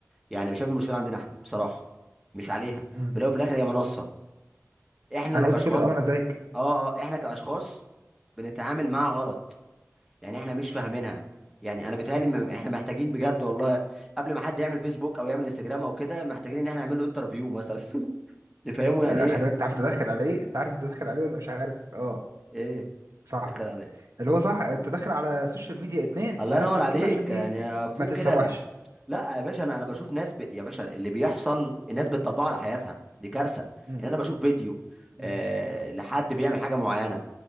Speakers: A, in the centre; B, on the right.
A: يعني أنا شايف المشكله عندنا احنا بصراحه مش عليها
B: امم
A: في الاول وفي الاخر هي منصه احنا
B: انا
A: اللي كاشخاص
B: قلت كده اه انا زيك
A: اه اه احنا كاشخاص بنتعامل معاها غلط يعني احنا مش فاهمينها يعني انا بيتهيألي م- احنا محتاجين بجد والله <laughs> قبل ما حد يعمل فيسبوك او يعمل انستجرام او كده محتاجين ان احنا نعمل له انترفيو مثلا <laughs> نفهمه
B: آه،
A: يعني
B: خلي
A: ايه
B: بالك انت عارف تدخل على ايه انت عارف انت داخل عليه ولا مش عارف اه
A: ايه
B: صح
A: دخل عليا
B: اللي هو صح انت داخل على السوشيال ميديا ادمان
A: الله
B: فركز
A: ينور عليك
B: كده عشان ايه
A: يعني فوق
B: ما تتسوحش
A: كده لا يا باشا انا انا بشوف ناس ب... يا باشا اللي بيحصل الناس بتطبقه على حياتها دي كارثه
B: امم
A: يعني انا بشوف فيديو
B: امم
A: آه لحد بيعمل حاجه معينه